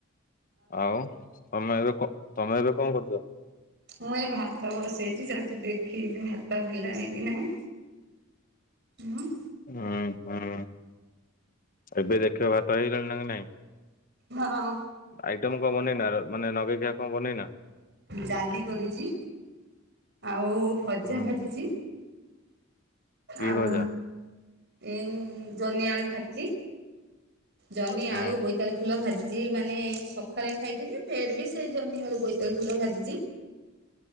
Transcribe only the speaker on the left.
ଆଉ ତମେ ଏବେ କ ତମେ ଏବେ କଣ କରୁଚ?
ହୁଁ ହୁଁ ଏବେ ଦେଖିବ ଭାତ ହେଇଗଲାଣି ନା କି ନାଇଁ?
ଆଇଟମ କଣ ବନେଇନା ମାନେ ନଗେଇ ଖିଆ କଣ ବନେଇନା?
ହୁଁ
କି
ଭଜା?
ହୁଁ